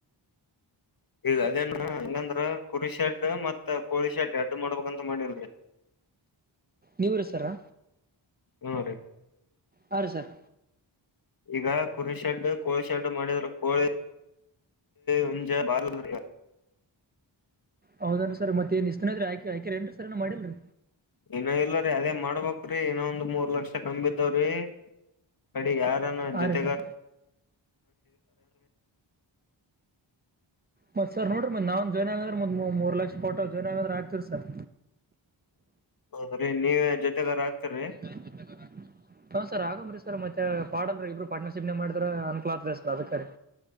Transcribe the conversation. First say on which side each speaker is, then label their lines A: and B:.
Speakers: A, on the left; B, on the right.
A: ಈಗ ಅದೇನ್ ಹಂಗಂದ್ರ ಕುರಿಶೆಡ್ ಮತ್ತತ್ ಕೋಳಿ ಶೆಡ್ ಅಡ್ ಮಾಡ್ಬೇಕಂತ ಮಾಡೇನ್
B: ನೀವರು ಸರಾ
A: ಹ್ಮ ರೀ
B: ಹೌಂ ಸರ್
A: ಈಗ ಕುರಿ ಶೆಡ್ ಕೋಳಿ ಶೆಡ್ಡು ಮಾಡಿದ್ರ ಕೋಳಿ ಮುಂಜೆ ಬಾರ್ಲ ಈಗ
B: ಹೌದೇನ್ ಸರ್ ಮತ್ತೇನ್ ಇ್ತಾನ ಇದ್ರ ಆಾಕ ಆಕ ನ್ರಿ ಸ ಏನ ಮಾಡಿಲ್ರಿ
A: ಇನೊ ಇಲ್ಲರೀ ಅದೇ ಮಾಡ್ಬಕ್್ರೀ ಇನೊ ಒಂದ್ ಮೂರ್ ಲಕ್ಷ ಕಿದವ್ರೀ ಅಡಿ ಯಾರನ್ನ
B: ಹಾ
A: ಜೊತೆಗಾರಾರೆ
B: ರೀ ಸರ್ ಮತ್ತ ಸರ್ ನೋಡರಿ ಮತ್ತ ನಾನ್ ಜಾಯನ್ ಆಗಂದ್ರೆ ಮ್ ಮೂ ಲಕ್ಷ ಪೋಟೋ ಜಾಯನ್ಗಂದ್ರೆ ಆಗ್ತೀರಿ ಸರ್
A: ಹೌದ್ರೀ ನೀವ ಜೊತೆಗಾರ ಹ ಆಗ್ತರಿೀ
B: ೆ ಹ್ ಸರ್ ಆಗಾಮ್ರಿ ಸರ್ ಮತ್ತೆ ಪಾಲ್ರಿಬ್ರು ಪಾರ್ಟನರ್ ಶಿಪ್ ನ ಮಾಡಿದ್ರ ಅನ್ಕಲತದೆ ಸರ್ ಅದಕಾರಿ